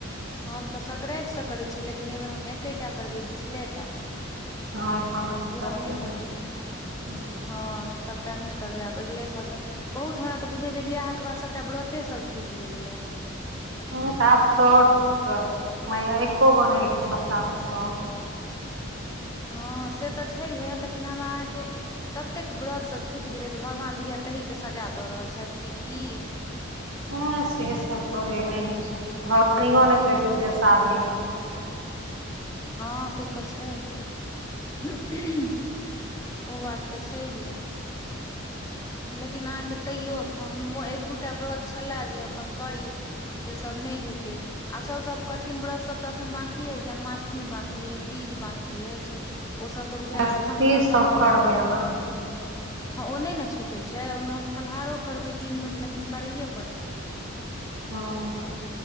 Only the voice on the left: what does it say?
हम तऽ सक्रातिसँ करैत छियै लेकिन एहि बेेर हम एकेटा करबै बिचले टा
पूरा नहि
करबै
हँ सभटा नहि करबै आब अगले साल सँ बहुत हमरा तऽ बुझियौ जे बियाह के बाद सभटा व्रते सब छुटि गेलैये
हँ से तऽ छैयिहे लेकिन हम अहाँके ततेक व्रत सब छुटि गेलै जे भगवान बुझाय तही के सजा दऽ रहल छथि कि की
पूछू
नहि
हँ से तऽ छैय हुँ हुहुओ उऽ बात तऽ छैयहे लेकिन अहाँके तैयो हम एक दूटा व्रत छलय जे अपन करी से सब नहि हेतैय आ सभ सँ कठिन व्रत सभ तऽ एखन बाँकी अइ जन्माष्टमी बाँकी अइ तीज बाँकी अछि ओ सभ तऽ बुझे
आठम रहत
तहन
होेतै
हँ ओ नय ने छूटै छै ओहिमे हम फलाहारो करबै दिन मे तऽ लेकिन करैए पड़तै